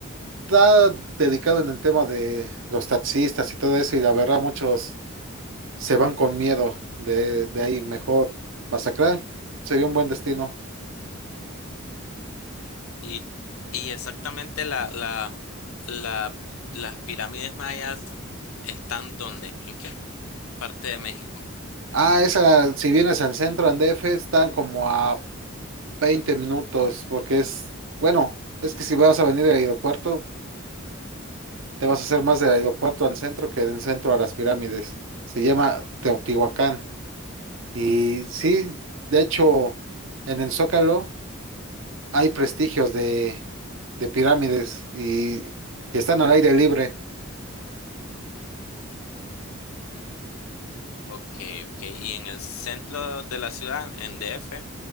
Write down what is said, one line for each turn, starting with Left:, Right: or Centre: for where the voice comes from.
Right: está dedicado en el tema de los taxistas y todo eso, y la verdad muchos se van con miedo de, de ahí. Mejor Mazatlán sería un buen destino.
Left: Y, y exactamente la, la, la, las pirámides mayas están ¿dónde? ¿En qué parte de México?
Right: Ah, esa, si vienes al centro, en DF, están como a 20 minutos, porque es, bueno, es que si vas a venir al aeropuerto, Te vas a hacer más del aeropuerto al centro que del centro a las pirámides. Se llama Teotihuacán. Y sí, de hecho,
Left: Ok,
Right: en el Zócalo hay prestigios de, de pirámides y, y están al aire libre.
Left: ok. ok. Y en el centro de la ciudad, en DF,